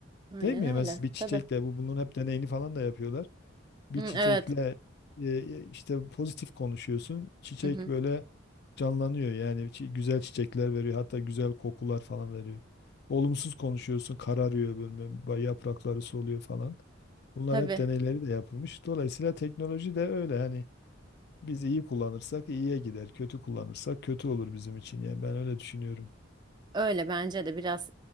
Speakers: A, on the right (about 20°); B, on the left (about 55°).
A: Aynen
B: Değil mi?
A: öyle.
B: Mesela bir çiçekle
A: Tabii.
B: bu bunun hep deneyini falan da yapıyorlar. Bir
A: Hı,
B: çiçekle
A: evet.
B: e, e, işte pozitif konuşuyorsun. Çiçek
A: Hı hı.
B: böyle canlanıyor yani çi- güzel çiçekler veriyor hatta güzel kokular falan veriyor. Olumsuz konuşuyorsun kararıyor böyle ba- yaprakları soluyor falan. Bunlar
A: Tabii.
B: hep deneyleri de yapılmış. Dolayısıyla teknoloji de öyle hani biz iyi kullanırsak iyiye gider, kötü kullanırsak kötü olur bizim için. Yani ben öyle düşünüyorum.
A: Öyle bence de biraz